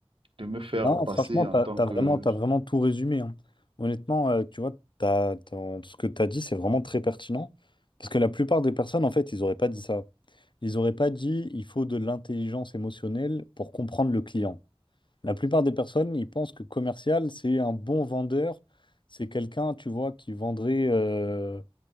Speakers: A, on the right (about 60°); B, on the left (about 50°).
A: de me faire
B: Non,
A: passer
B: franchement,
A: en
B: t'as,
A: tant
B: t'as
A: que...
B: vraiment, t'as vraiment tout résumé. hein. Honnêtement, euh, tu vois, t'as- ton- ce que t'as dit, c'est vraiment très pertinent. Parce que la plupart des personnes, en fait, ils n'auraient pas dit ça. Ils n'auraient pas dit, il faut de l'intelligence émotionnelle pour comprendre le client. La plupart des personnes, ils pensent que commercial, c'est un bon vendeur. C'est quelqu'un, tu vois, qui vendrait, euh,